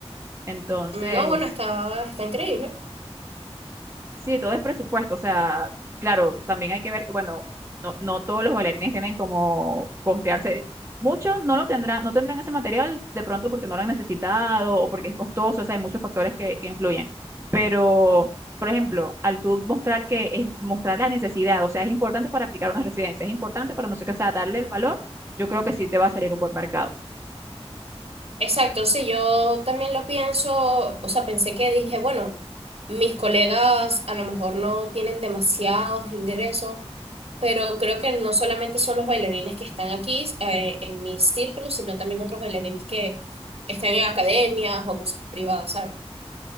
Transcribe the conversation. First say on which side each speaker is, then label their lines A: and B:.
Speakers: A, on the right; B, on the right.
A: Entonces,
B: No, bueno, está, está increíble.
A: Sí, todo es presupuesto, o sea, claro, también hay que ver que, bueno, no, no todos los bailarines tienen como costearse. Muchos no lo tendrán, no tendrán ese material de pronto porque no lo han necesitado o porque es costoso, o sea, hay muchos factores que, que influyen. Pero, por ejemplo, al tú mostrar que es mostrar la necesidad, o sea, es importante para aplicar una residencia, es importante para no sé qué, o sea, darle el valor, yo creo que sí te va a salir un buen mercado.
B: Exacto, sí, yo también lo pienso, o sea, pensé que dije, bueno, mis colegas a lo mejor no tienen demasiados ingresos, pero creo que no solamente son los bailarines que están aquí eh, en mi círculo, sino también otros bailarines que están en academias o cosas privadas, ¿sabes?